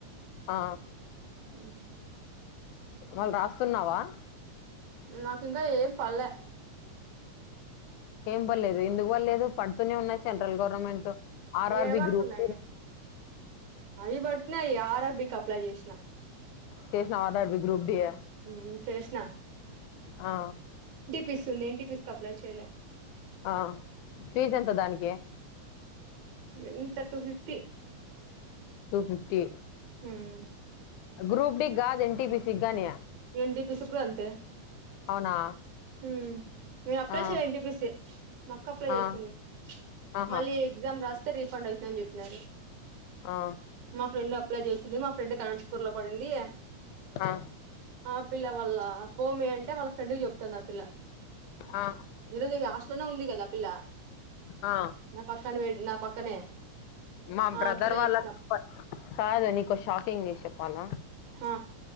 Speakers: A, on the left (about 85°); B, on the right (about 70°).
A: ఆ
B: ఉ
A: మళ్లీ రాస్తున్నావా
B: నాకు ఇంకా ఏం పల్లె
A: ఎంబళ్లేదు ఎందుకు వల్లేదు పడుతూనే ఉన్నాయి central government R R
B: ఏడబడుతున్నాయి
A: B group two
B: అవి పట్టినాయి ఆర్ ఆర్ బి కి అప్లై చేసిన
A: చేసినావా ఆర్ఆర్బి గ్రూప్ డియ
B: ఉమ్ చేసిన
A: ఆ
B: పిస్తుంది ఎన్టిపిసికి అప్లై చేయలే
A: ఆ ఫీజ్ ఎంత దానికి
B: ఎంత టూ ఫిఫ్టీ
A: టూ ఫిఫ్టీ
B: ఉమ్
A: గ్రూప్ డి కాదు ఎన్ టి పి సి కి గాని
B: ఎన్టీపీసీ కూడా అంతే
A: అవునా
B: ఉమ్ నేను అప్లై
A: ఆ
B: చేయలే ఎన్టీపిసి మా అక్క అప్లై
A: ఆ
B: చేసింది
A: ఆహా
B: మళ్లీ ఎగ్జామ్ రాస్తే రిఫండ్ అయిత్ అని చెప్పినారు
A: ఆ
B: మా ఫ్రెండ్ అప్లై చేస్తుంది మా ఫ్రెండ్ కి అనంతపూర్ లో పడింది
A: ఆ
B: ఆ పిల్ల వాళ్ళ పో మే అంటే వాళ్ళ ఫ్రెండ్ కి చెప్పు తందా ఆ పిల్ల
A: ఆ
B: ఏంది ఈరోజు ఇంకా హాస్టల్ లోనే ఉంది కదా ఆ పిల్ల
A: ఆ
B: నా పక్కన బెట్ నా పక్కనే
A: మా
B: ఆ
A: బ్రదర్
B: పిల్ల
A: వాళ్ళ
B: ఎగ్జామ్
A: పా కాదు నీకు ఓ షాకింగ్ న్యూస్ చెప్ పాల
B: ఆ